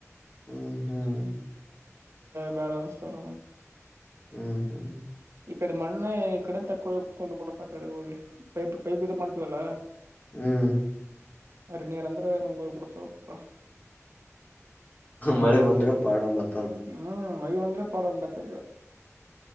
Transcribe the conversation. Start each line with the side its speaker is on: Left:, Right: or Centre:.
Left: ಹ್ಮ್ ಹ್ಮ್
Right: ಬೇರೆ ಇಸ್ತರ
Left: ಹ್ಮ್ ಹ್ಮ್
Right: ಇಕ್ಕಡೆ ಮಣ್ಣೆ ಇಕ್ಕಡೆ ತಕ್ಕವ ಕುಂತ ಪುಡತ ಅಡೆ ಪೈಪ್ ಪೈಪ್ದು ಮಾಡ್ತೀವಲ್ಲ
Left: ಹ್ಮ್
Right: ಹರಿ ನೀರು ಅಂದ್ರೆ ಹಂಗಗೆ ಹೋಗ್ ಬಿಿಡ್ತ ಅರ <unintelligible>
Left: ಮಳೆ ಬಂದ್ರೆ ಪಾಡ ಮತ್ತ <inaudible>
Right: ಹ್ಮ್ ಮಗ <unintelligible> ಬಂದ್ರೆ ಪಾಡನ್ಕ್ಕ